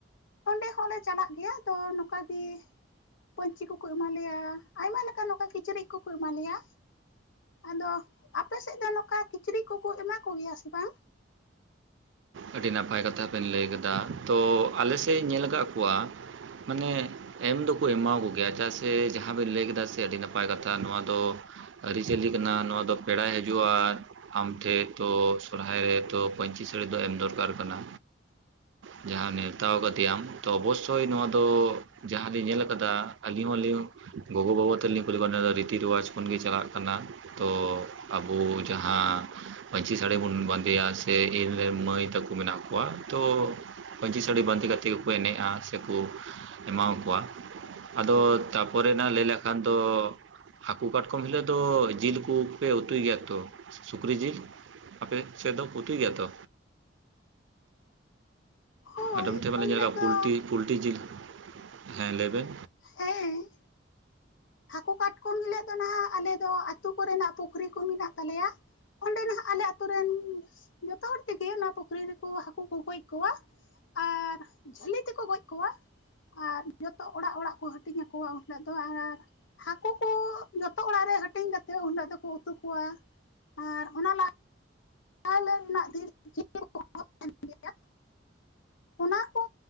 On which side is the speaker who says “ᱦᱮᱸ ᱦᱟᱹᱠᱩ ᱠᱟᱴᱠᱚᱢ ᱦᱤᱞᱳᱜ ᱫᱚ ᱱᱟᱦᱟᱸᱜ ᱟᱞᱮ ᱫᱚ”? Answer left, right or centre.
Left